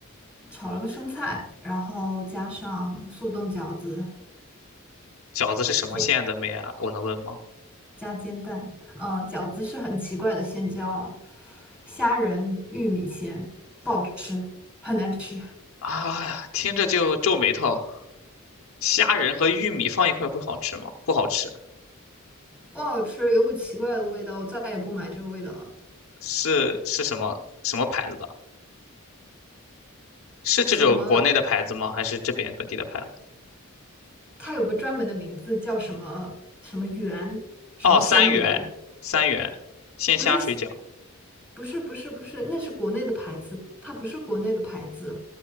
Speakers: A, in the centre; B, on the left (about 70°).
A: 炒了个生菜，然后加上速冻饺子。
B: 饺子是什么馅的妹啊？
A: 煎
B: 我能问吗？
A: 加煎蛋，呃，饺子是很奇怪的馅料啊，叫虾仁玉米馅，不好吃，很难吃，
B: 啊呀，听着就皱眉头。虾仁和玉米放一块会好吃吗？不好吃。
A: 不好吃，有股奇怪的味道，我再也不买这个味道了。
B: 是是什么什么牌子的？是这种国内的牌子吗？
A: 什么？
B: 还是这边本地的牌子？
A: 它有个专门的名字叫什么什么圆，什么香圆？
B: 哦，三元，三元，鲜虾水饺。
A: 不是不是不是不是，那是国内的牌子，它不是国内的牌子